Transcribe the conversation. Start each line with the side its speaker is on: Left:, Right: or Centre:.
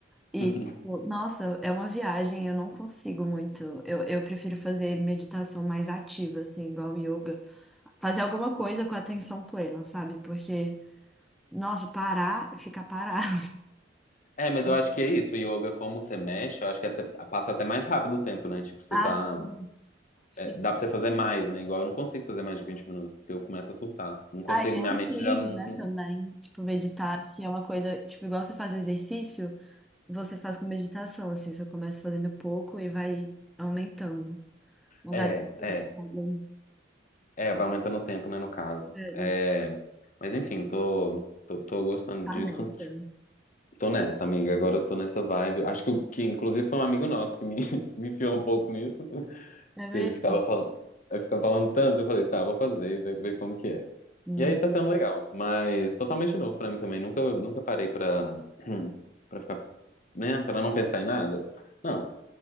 Centre: e,
Left: <laughs>
Centre: tipo, nossa, é uma viagem, eu não consigo muito. Eu, eu prefiro fazer meditação mais ativa, assim, igual yoga. fazer alguma coisa com a atenção plena, sabe? Porque, nossa, parar, ficar parado.
Left: É, mas
Centre: <laughs>
Left: eu acho que é isso. O yoga, como você mexe, eu acho que é até- passa até mais rápido o tempo, né? Tipo, você
Centre: Ah,
Left: tá.
Centre: sim, sim.
Left: é, dá pra você fazer mais, né? Igual eu não consigo fazer mais de 20 minutos, porque eu começo a surtar. Não consigo,
Centre: Aí é
Left: minha
Centre: um
Left: mente
Centre: treino,
Left: já não.
Centre: né, também. Tipo, meditar, acho que é uma coisa, tipo, igual você faz exercício, você faz com meditação, assim, você começa fazendo pouco e vai aumentando. Mas
Left: É,
Centre: acho que tudo,
Left: é. é.
Centre: sabe?
Left: É, vai aumentando o tempo, né, no caso.
Centre: É,
Left: É,
Centre: e
Left: mas enfim, tô, tô, tô gostando
Centre: tá
Left: disso.
Centre: nessa. né?
Left: Tô nessa, amiga. Agora eu tô nessa vibe. Acho que, o que inclusive foi um amigo nosso que me, <laughs> me enfiou um pouco nisso.
Centre: É mesmo?
Left: Que ele ficava falando, eu ficava falando tanto, eu falei, tá, vou fazer, e ver, ver como que é.
Centre: Hum.
Left: E aí tá sendo legal, mas totalmente novo pra mim também. Nunca, nunca parei pra, <clears throat> pra ficar, né, pra não pensar em nada. Não,